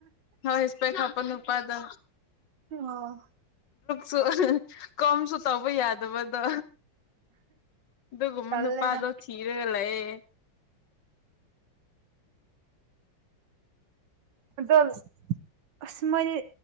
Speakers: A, on the left; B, on the right.
A: ꯍ ꯍꯁꯄ ꯈꯥꯄ ꯅꯨꯄꯥꯗ
B: ꯑꯣ
A: ꯁ ꯀꯝꯁꯨ ꯇꯧꯕ ꯌꯥꯗꯕꯗꯣ ꯑꯗꯨꯒꯨꯝꯕ
B: ꯇꯜꯂꯦꯗ
A: ꯅꯨꯄꯥꯗꯣ ꯊꯤꯔꯒ ꯂꯩꯌꯦ <inaudible>
B: ꯑꯗꯣ ꯑꯁ ꯃꯅ